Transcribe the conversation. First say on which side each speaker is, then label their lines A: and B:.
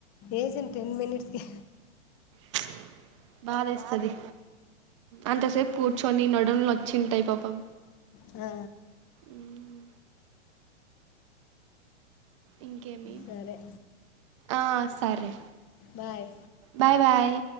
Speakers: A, on the left; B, on the right.
A: ఏశిన్ టెన్ మినిట్స్ కే
B: ప్చ్ బాధ ఏస్తది అంత సేప్ కూర్చొనీ నడుంలు నొచ్చింటాయి పాపం.
A: ఆ
B: ఉమ్ ఇంకేమి
A: సరే
B: ఆ సరే
A: బాయ్
B: బాయ్ బాయ్